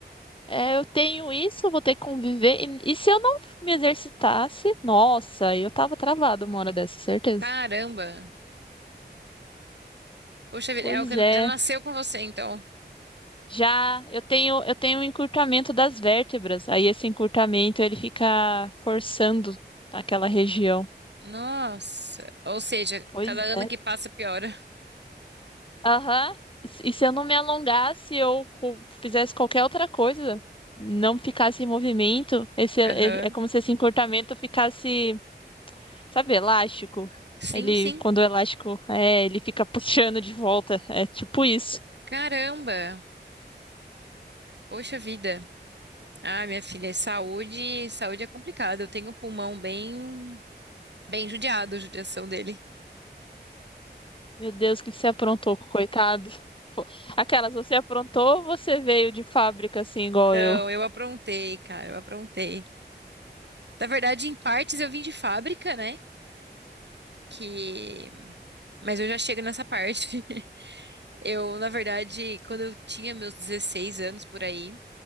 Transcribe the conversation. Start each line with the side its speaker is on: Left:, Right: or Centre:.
Left: é, eu tenho isso, eu vou ter que conviver. E, e se eu não me exercitasse, nossa, eu tava travada uma hora dessa, certeza.
Right: Caramba. Poxa vida,
Left: Pois
Right: é o que
Left: é.
Right: já nasceu com você, então.
Left: Já eu tenho eu tenho um encurtamento das vértebras. Aí esse encurtamento ele fica forçando aquela região.
Right: Nossa. Ou seja,
Left: Pois
Right: cada ano
Left: é.
Right: que passa piora.
Left: Aham. E se eu não me alongasse ou co- fizesse qualquer outra coisa, não ficasse em movimento, esse
Right: Aham.
Left: é, é como se esse encurtamento ficasse, sabe, elástico.
Right: Sim,
Left: Ele,
Right: sim.
Left: quando o elástico é, ele fica puxando de volta. É tipo isso.
Right: Caramba. Poxa vida. Ah, minha filha, saúde, saúde é complicado. Eu tenho o pulmão bem, bem judiado, a judiação dele.
Left: Meu Deus, o que você aprontou, coitado. Fo- Aquelas, você aprontou ou você veio de fábrica assim, igual
Right: Não,
Left: eu?
Right: eu aprontei, cara, eu aprontei. Na verdade, em partes eu vim de fábrica, né? Que... Mas eu já chego nessa parte. <laughs> Eu, na verdade, quando eu tinha meus 16 anos por aí,